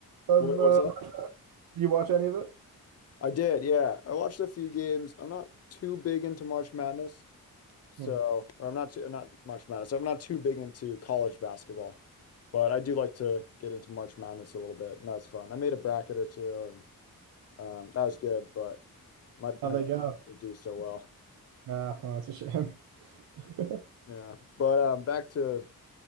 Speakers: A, on the right; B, on the left.
A: of
B: what,
A: uh,
B: what's up?
A: did you watch any of it?
B: I did, yeah. I watched a few games. I'm not too big into March Madness. So,
A: Hmm.
B: or I'm not too, not March Madness. I'm not too big into college basketball, but I do like to get into March Madness a little bit, and that was fun. I made a bracket or two, and um, that was good, but my
A: How'd
B: my
A: they
B: bracket
A: go?
B: didn't do so well.
A: Ah, well, that's a shame. <laughs>
B: Yeah, but um, back to